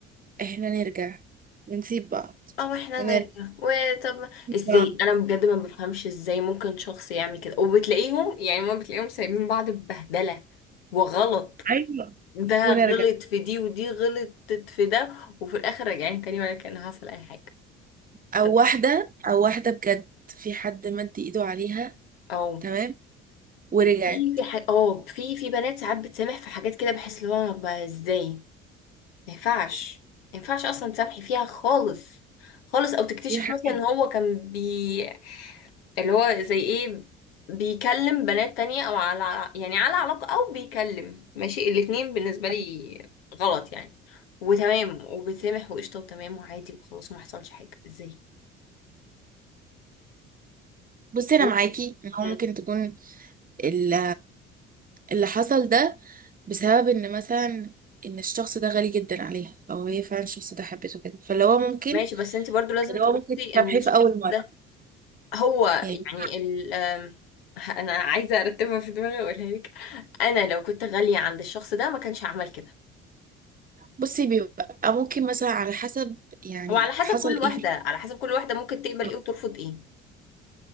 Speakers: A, on the right; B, on the left.
A: احنا نرجع بنسيب بعض
B: او احنا
A: ونرجع
B: نرجع وطب ما-
A: بنسيب
B: ازاي
A: بعض
B: انا بجد ما بفهمش ازاي ممكن شخص يعمل كده وبتلاقيهم يعني ما بتلاقيهم سايبين بعض ببهدله وغلط
A: ايوه
B: ده
A: ونرجع
B: غلط في دي ودي غلطت في ده وفي الاخر راجعين تاني ولا كان حصل اي حاجه
A: او
B: طب
A: واحدة او واحدة بجد في حد مد ايده عليها
B: اه
A: تمام ورجعت
B: في في حاجة اه في في بنات ساعات بتسامح في حاجات كده بحس اللي هو بقى ازاي ما ينفعش ما ينفعش اصلا تسامحي فيها خالص خالص او تكتشف
A: في حاجات
B: مثلا ان هو كان بي اللي هو زي ايه بيكلم بنات تانية او على يعني على علاقة او بيكلم ماشي الاتنين بالنسبة لي
A: <laughs>
B: غلط يعني وتمام وبتسامح وقشطة وتمام وعادي وخلاص ما حصلش حاجة ازاي
A: بصي انا
B: ازاي؟
A: معاكي ان هو
B: مم.
A: ممكن تكون ال- اللي حصل ده بسبب ان مثلا ان الشخص ده غالي جدا عليها او هي فعلا الشخص ده حبته كده فاللي هو ممكن
B: ماشي بس انت برضو لازم
A: اللي
B: تبصي
A: هو ممكن تسامحيه
B: ان الشخص
A: في اول مره
B: ده هو
A: يعني
B: يعني ال آم، ه- انا عايزه ارتبها في دماغي واقولها لك انا لو كنت غاليه عند الشخص ده ما كانش هعمل كده
A: بصي بيبقى ممكن مثلا على حسب يعني
B: هو على حسب
A: حصل
B: كل واحده
A: ايه في
B: على حسب كل واحده ممكن تقبل
A: الحوار.
B: ايه وترفض ايه